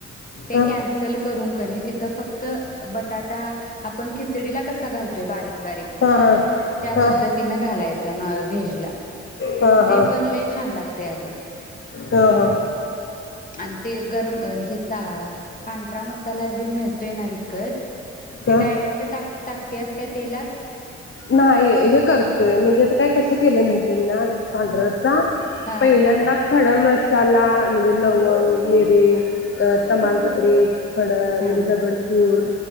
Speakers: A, on the left; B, on the left.
A: ते
B: ह ह
A: कॅन्सल करून कीनही थ फक्त बटाटा आपण खिचडीला कसा घालतोय बारीक बारीक
B: ह ह
A: त्या पद्धतीन घालायचा न व्हेजला
B: ह
A: ते पण लै छान लागतय अग
B: ह हो
A: आणि ते गरम ह्याचा पांढरा मसाला जे मिळतोय ना विकत ते
B: ह
A: डायरेक्ट टाक त्याच त्या तेलात
B: नाही हे करतोय म्हणजे ते काय कस केले माहिती आज पांढरा रस्सा कां
A: हा
B: पहिल्यांदा? <unintelligible> खडं मसाला म्हणजे लवंग मिरी अ तमालपत्री खड म्हणजे
A: हा
B: दगडफूल